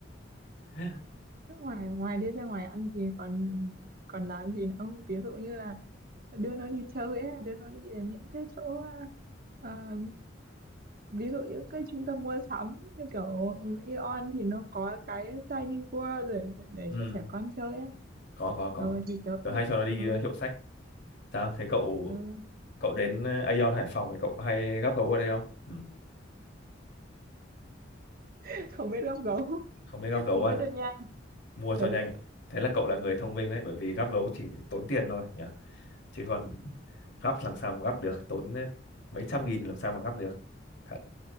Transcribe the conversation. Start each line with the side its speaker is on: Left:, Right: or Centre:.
Left: <laughs>
Right: Thế ngoài ngoài đi ra ngoài ăn thì còn còn làm gì nữa không ví dụ như là đưa nó đi chơi ấy, đưa nó đi đến những cái chỗ à, ví dụ những cái trung tâm mua sắm như kiểu Aeon thì nó có cái Tiny World để, để
Left: ừ
Right: cho trẻ con chơi ấy.
Left: có có có
Right: Ờ thì tớ
Left: tớ
Right: cũng
Left: hay cho nó đi
Right: ừ,
Left: ờ, hiệu sách Sao? Thế cậu
Right: ừ.
Left: cậu đến ờ, Aeon Hải Phòng thì cậu có hay gắp gấu ở đây không? Ừ.
Right: <laughs> không biết gấp gấu <laughs>
Left: Không biết gắp gấu
Right: mua
Left: à?
Right: cho nhanh
Left: Mua cho
Right: ừ,
Left: nhanh. ạ. Thế là cậu là người thông minh đấy, bởi vì gắp gấu chỉ tốn tiền thôi nhỉ. Chứ còn gắp làm sao mà gắp được, tốn ờ, mấy trăm nghìn làm sao mà gắp được. Thật